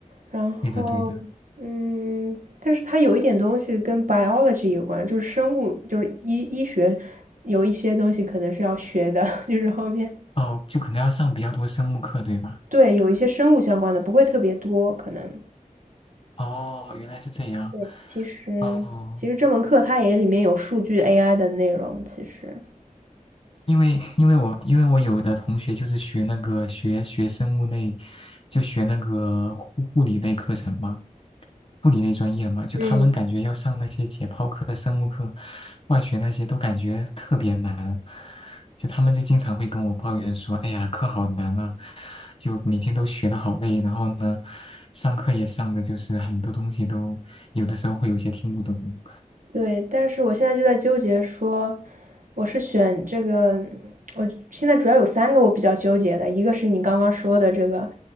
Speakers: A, on the right; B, on the left.
A: 然后，
B: 对的对的。
A: 嗯，但是他有一点东西跟 biology 有关，就是生物，就是医医学有一些东西可能是要学的，<laughs> 就是后面
B: 哦，就可能要上比较多生物课，对吧？
A: 对有一些生物相关的，不会特别多，可能。
B: 哦，原来是这样。
A: 对，其实其实这门课它也里面有数据
B: 哦，
A: AI 的内容，其实。
B: 因为因为我因为我有的同学就是学那个学学生物类，就学那个护护理类课程嘛，护理类专业嘛，就他们感觉要上那些解剖课、
A: 嗯，
B: 生物课、化学那些都感觉特别难，就他们就经常会跟我抱怨说，哎呀，课好难啊，就每天都学的好累，然后呢，上课也上的就是很多东西都有的时候会有些听不懂。
A: 对，但是我现在就在纠结说，我是选这个，我现在主要有三个我比较纠结的，一个是你刚刚说的这个，